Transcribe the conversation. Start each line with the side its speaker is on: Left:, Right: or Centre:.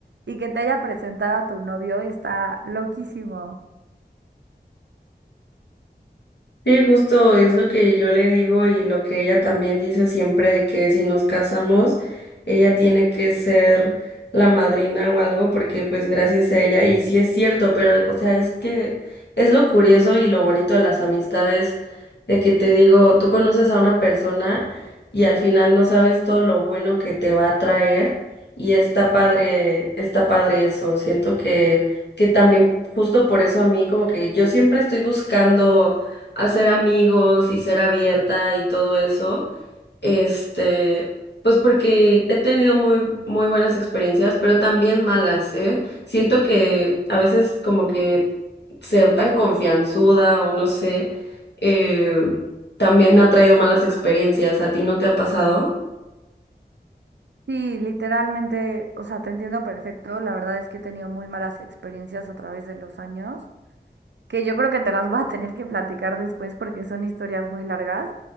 Right: y que te haya presentado a tu novio, está loquísimo.
Left: Sí, justo es lo que yo le digo y lo que ella también dice siempre de que si nos casamos, ella tiene que ser la madrina o algo porque pues gracias a ella y sí es cierto, pero o sea, es que es lo curioso y lo bonito de las amistades de que te digo, tú conoces a una persona y al final no sabes todo lo bueno que te va a traer y está padre, está padre eso. Siento que que también justo por eso a mí como que yo siempre estoy buscando hacer amigos y ser abierta y todo eso. Este, pues porque he tenido muy, muy buenas experiencias, pero también malas, ¿eh? Siento que a veces como que ser tan confianzuda o no sé, eh, también me ha traído malas experiencias. ¿A ti no te ha pasado?
Right: Sí, literalmente, o sea, te entiendo perfecto. La verdad es que he tenido muy malas experiencias a través de los años, que yo creo que te las voy a tener que platicar después porque son historias muy largas,